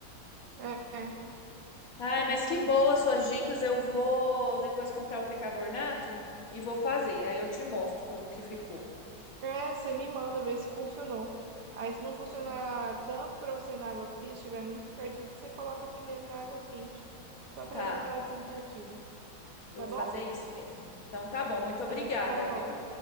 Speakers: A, on the right (about 65°); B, on the left (about 55°).
A: É, é.
B: Ai,
A: é.
B: mas que boa as suas dicas. Eu vou depois comprar o percarbonato e vou fazer. Aí eu te mostro como que ficou.
A: É, você me manda ver se funcionou. Aí, se não funcionar
B: Então tá bom.
A: tanto pra você na água fria, se estiver muito encardido, você coloca primeiro na água quente, só pra
B: Tá,
A: dar aquela desencardida. Tá
B: eu vou
A: bom?
B: fazer isso mesmo. Então tá bom. Muito
A: Tchau,
B: obrigada,
A: tchau.
B: viu?